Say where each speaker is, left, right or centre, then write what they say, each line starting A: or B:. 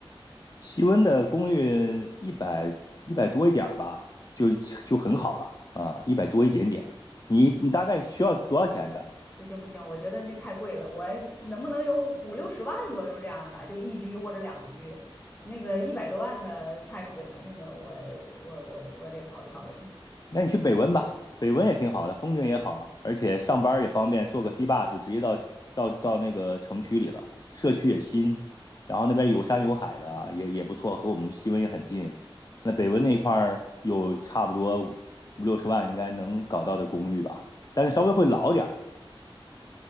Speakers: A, on the left; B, on the left.
A: 西温的公寓一百一百多一点儿吧，就就很好了啊，一百多一点点。你你大概需要多少钱的？
B: 不行不行，我觉得那太贵了，我能不能有五六十万左右这样的，就一居或者两居，那个一百多万的太贵了，那个我我我我得考虑考虑。
A: 那你去北温吧，北温也挺好的，风景也好，而且上班也方便，坐个 C bus 直接到到到那个城区里了，社区也新，然后那边有山有海的啊，也也不错，和我们西温也很近。那北温那一块儿有差不多五六十万应该能搞到的公寓吧，但是稍微会老点儿。